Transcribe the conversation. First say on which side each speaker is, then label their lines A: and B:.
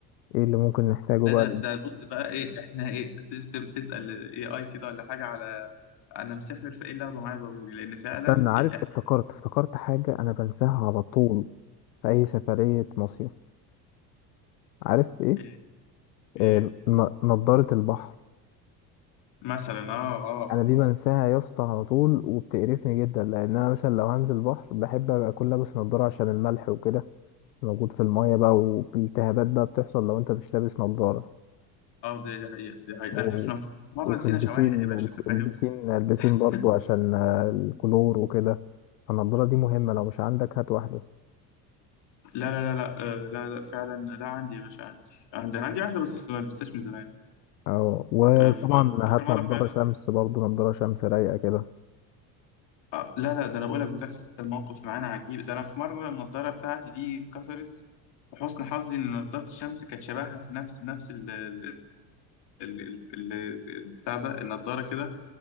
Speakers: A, on the left (about 80°); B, on the left (about 55°).
A: ايه اللي ممكن نحتاجه
B: لا
A: بقى
B: ده ده بص بقى ايه احنا ايه تس- تسأل اي اي كده ولا حاجة على انا مسافر فايه اللي اخده معايا ضروري لان فعلا
A: استنى
B: في
A: عارف
B: احنا
A: افتكرت افتكرت حاجة انا بنساها على طول في اي سفرية مصيف عارف ايه
B: إيه إيه
A: آه، ن- نضارة البحر
B: مثلا اه اه
A: انا دي بنساها يا اسطى على طول وبتقرفني جدا لان انا مثلا لو هنزل بحر بحب ابقى اكون لابس نضارة عشان الملح وكده موجود في المايه بقى والتهابات بقى بتحصل لو انت مش لابس نضارة
B: اه دي دي حقيقة دي حقيقة
A: و...
B: احنا في مرة
A: وفي
B: نسينا
A: البسين
B: شواحن يا باشا
A: الف-
B: انت فاهم
A: البسين
B: <laughs>
A: البسين برضو عشان آه، الكلور وكده فالنضارة دي مهمة لو مش عندك هات واحدة
B: لا لا لا لا آه، لا لا فعلا لا عندي يا باشا عندي عندي انا عندي واحدة بس ما لبستهاش من زمان
A: اه وطبعا
B: آه، ف- ف- اخر
A: هات
B: مرة
A: نضارة
B: فعلا
A: شمس برضو نضارة شمس رايقة كده
B: آه، لا لا ده انا بقولك بتحصل مواقف معانا عجيب ده انا في مره النضاره بتاعتي دي اتكسرت وحسن حظي ان نضاره الشمس كانت شبهها في نفس نفس ال ال ال ال ال- البتاع ده النضاره كده